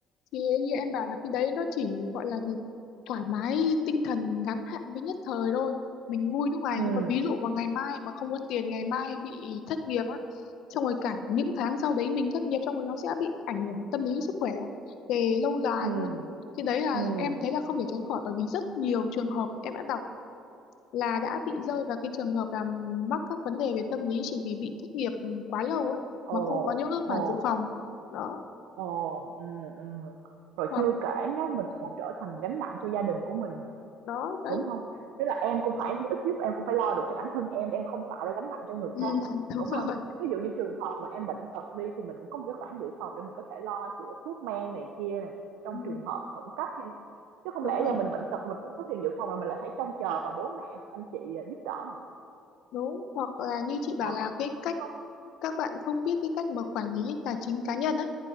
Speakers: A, on the left; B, on the right.
A: thì như em bảo là cái đấy nó chỉ gọi là gì thoải mái tinh thần ngắn hạn với nhất thời thôi mình vui lúc này
B: Ừm,
A: nhưng mà ví dụ vào ngày mai mà không có tiền ngày mai bị thất nghiệp á xong rồi cả những tháng sau đấy mình thất nghiệp xong rồi nó sẽ bị ảnh hưởng tâm lý sức khỏe về lâu dài
B: ừm,
A: luôn cái đấy là
B: ừm.
A: em thấy là không thể tránh khỏi bởi vì rất nhiều trường hợp em đã đọc là đã bị rơi vào cái trường hợp là mắc các vấn đề về tâm lý chỉ vì bị thất nghiệp ừ, quá lâu á
B: Ồ,
A: mà không có những cái khoản
B: ồ,
A: dự phòng đó
B: ồ, ừm, ừm. Rồi
A: hoặc
B: chưa kể nhá, mình còn trở thành gánh nặng cho gia đình của mình nữa,
A: đó đấy
B: đúng không? Tức là em cũng phải ít nhất em cũng phải lo được cho bản thân em để em không tạo ra gánh nặng cho người
A: ừ.
B: khác, đúng
A: <laughs>
B: không? Ví dụ như trường hợp mà em bệnh tật đi thì mình cũng có một cái khoản dự phòng để mình có thể lo chữa thuốc men này kia này, trong
A: Ừ,
B: trường hợp khẩn cấp đi. Chứ không
A: đúng
B: lẽ
A: rồi
B: giờ mình bệnh tật mà mình không có tiền dự phòng là mình lại phải trông chờ vào bố mẹ hoặc anh chị giúp đỡ
A: đúng hoặc là như chị
B: Đó,
A: bảo là cái cách
B: đúng không
A: các bạn không biết cái cách mà quản lý tài chính cá nhân á